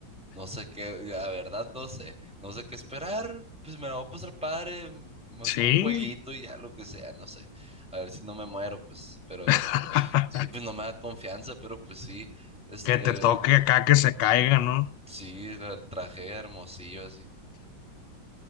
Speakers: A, in the centre; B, on the left (about 75°).
A: No sé qué, la verdad no sé, no sé qué esperar, pues me la voy a pasar padre, me
B: Sí,
A: subo un jueguito y ya lo que sea, no sé, a ver si no me muero, pues, pero
B: <laughs>
A: sí, pues no me da confianza, pero pues sí, este,
B: Que te toque acá que se caiga, ¿no?
A: sí, la traje a Hermosillo, así,